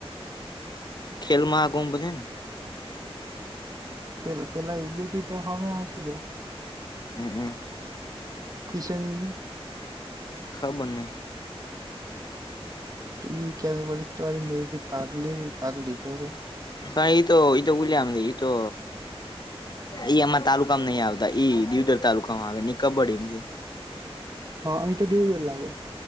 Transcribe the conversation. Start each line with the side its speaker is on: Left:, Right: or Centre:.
Left: ખેલમહાકુંભ છે ને
Right: પેલા પેલા ઉટ ત હમે હસી દ
Left: હમ હમ
Right: ખિષણીની
Left: ખા બનના
Right: એ કે વળરી મે પગલી પગલી ત
Left: પણ એ તો ઈ તો બલીમને ઈ તો ઈ અમારા તાલુકામાં નહ આવતા ઈ દીવદર તાલુકામાં આવે ની કબડી
Right: હા અહીં તોદીવ જ લાગે